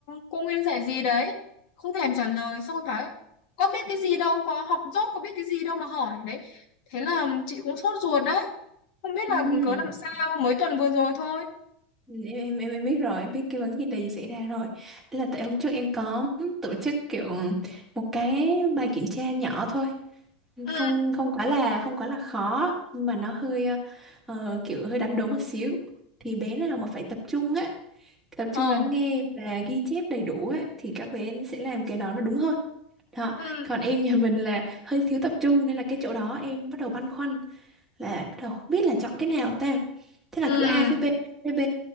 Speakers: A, on the left (about 50°); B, in the centre.
A: cô Nguyên dạy gì đấy không thèm trả lời xong rồi bảo ấy, có biết cái gì đâu có học dốt có biết cái gì đâu mà hỏi đấy thế là chị cũng sốt ruột đấy không biết
B: Ừ.
A: là cớ làm sao mới tuần vừa rồi thôi
B: em em em em biết rồi em biết cái vấn đề gì xảy ra rồi là tại hôm trước em có tổ chức kiểu một cái bài kiểm tra nhỏ thôi
A: ừ
B: không không quá là không quá là khó nhưng mà nó hơi ờ, kiểu hơi đánh đố một xíu thì bé nào mà phải tập trung á tập
A: ờ
B: trung lắng nghe và ghi chép đầy đủ á thì các bé sẽ làm cái đó nó đúng hơn đó
A: ừ
B: còn em nhà mình là hơi thiếu tập trung nên là cái chỗ đó em bắt đầu băn khoăn là bắt đầu không biết là chọn cái nào ta thế là
A: ừ
B: cứ A với B A với B